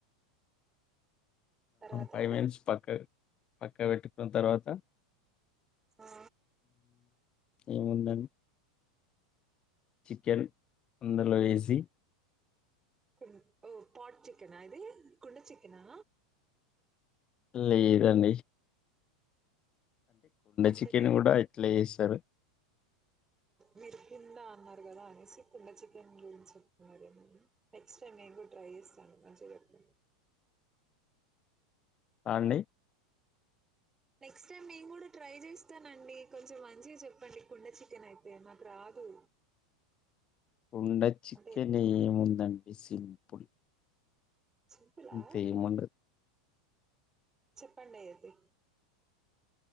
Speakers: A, on the right; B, on the left.
A: తర్వాత
B: ఫైవ్
A: అండి
B: మినిట్స్ ట్స్ పక్క పక్క బెట్టు దాన్తర్వాత
A: ఆ
B: ఏముందండ్ చికెన్ అందలో ఏసి
A: <unintelligible> ఓ పాట్ చికెనా ఇది కుండ చికెనా
B: <unintelligible> ఇదండి
A: అంటే
B: చికెన్
A: మి
B: కూడా ఇట్లా చేస్తారు
A: మీరు కిందన్నర కదా అనేసి కుండ చికెన్ గురించి చెప్తున్నారుేమ నెక్స్ట్ టైమ్ ఎకుో ట్రై చేస్తాను మంచి చెప్ప
B: అ అండి
A: నెక్స్ట్ టైమ్ నేను కూడా ట్రై చేస్తానండి కొంచెం మంచిగా చెప్పండి కుండ చికెన్ అయితే నాకు రాదు
B: కొండ చికెన్
A: అంటే
B: ఏము ఉందండి సింపుల్
A: సింపులా
B: అంతే ఏం ఉంద
A: చెప్పండి అయితే